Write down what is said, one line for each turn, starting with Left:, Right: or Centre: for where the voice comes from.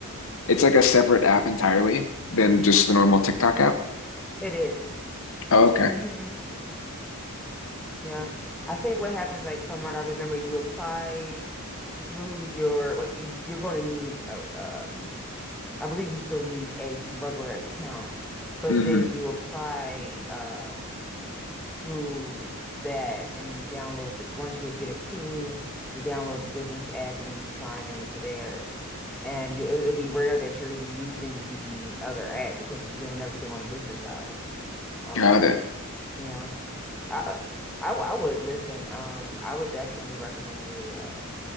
Left: It's like a separate app entirely than just the normal TikTok app.
Centre: It is.
Left: Oh, okay.
Centre: Mm-hmm. Yeah. I think what happens, like from what I remember, you apply through your like you, you're going to need a, um I believe you still need a regular account, but
Left: Mm-hmm.
Centre: then you apply uh, through that and then you download it once you get approved, you download the business app and then you sign into there. And you it'll be rare that you're even using the other app because you're doing everything on the business side. Um,
Left: Got it.
Centre: yeah. I I, w- I would listen. Um, I would definitely recommend you uh